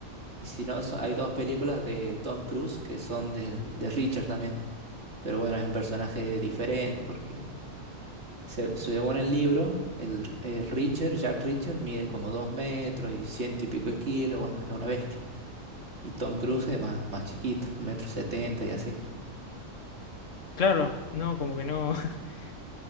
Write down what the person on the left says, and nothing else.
Claro, no, como que no. <laughs>